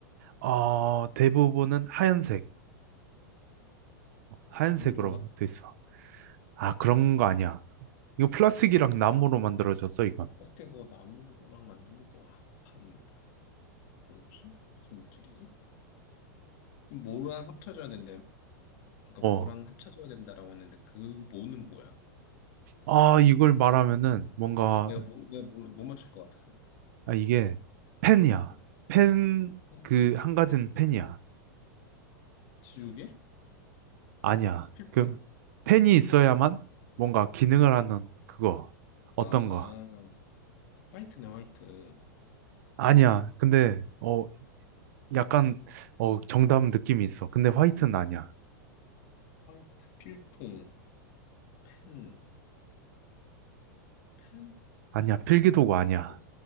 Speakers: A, on the right; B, on the left.
A: 어,
B: 응.
A: 대부분은 하얀색, 하얀색으로
B: 운동화?
A: 돼 있어. 아, 그런 거 아니야. 이거 플라스틱이랑 나무로 만들어졌어, 이건.
B: 플라스틱 그거 나무랑 만든 게 뭐 합한 뭐지? 무슨 물질이지? 그럼 뭐랑 합쳐져야 된대? 그러니까
A: 어,
B: 뭐랑 합쳐줘야 된다라고 했는데 그 뭐는 뭐야?
A: 아, 이걸 말하면은 뭔가,
B: 내가 뭐 내가 뭘 못 맞출 것 같아서. 그래.
A: 아, 이게 펜이야.
B: 응.
A: 펜,
B: 어,
A: 그, 한 가지는 펜이야.
B: 지우개?
A: 아니야.
B: 필통.
A: 그 펜이 있어야만 뭔가 기능을 하는 그거 어떤
B: 아
A: 거.
B: 화이트네 화이트.
A: 아니야. 근데 어 약간 어 정답 느낌이 있어. 근데 화이트는 아니야.
B: 화이트 필통 펜 펜?
A: 아니야. 필기도구 아니야.
B: 어,